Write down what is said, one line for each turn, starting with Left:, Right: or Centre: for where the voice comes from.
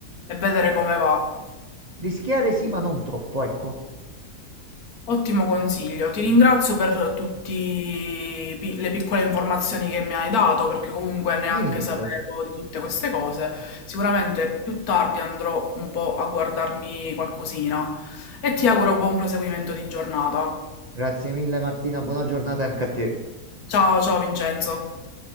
Left: e vedere come va.
Right: Rischiare sì, ma non troppo, ecco,
Left: Ottimo consiglio, ti ringrazio per tutte le piccole informazioni che mi hai dato perché comunque neanche
Right: di niente.
Left: sapevo di tutte queste cose. Sicuramente più tardi andrò un po' a guardarmi qualcosina e ti auguro buon proseguimento di giornata.
Right: Grazie mille Martina, buona giornata anche a te.
Left: Ciao ciao Vincenzo.